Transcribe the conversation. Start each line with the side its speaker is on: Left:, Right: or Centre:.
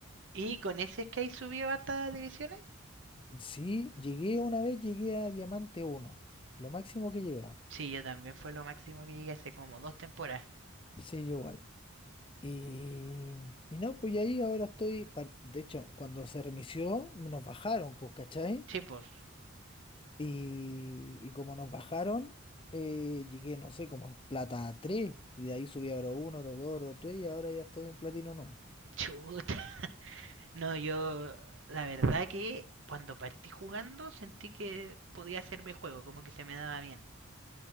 Right: Y con ese Sky subió hartas divisiones.
Left: Sí, llegué una vez, llegué a Diamante uno Lo máximo que he llegado.
Right: Sí, yo también fue lo máximo que llegué hace como dos temporadas.
Left: Sí, yo igual. Y, y no, pues y ahí ahora estoy. par- De hecho, cuando se reinició, nos bajaron, pues, ¿cachai?
Right: Sí, pues.
Left: Y, y como nos bajaron, eh, llegué, no sé, como en plata tres Y de ahí subí a oro uno oro dos oro 3 y ahora ya estoy en platino no
Right: Chuta. <laughs> No, yo. La verdad que cuando partí jugando sentí que podía hacerme juego, como que se me daba bien.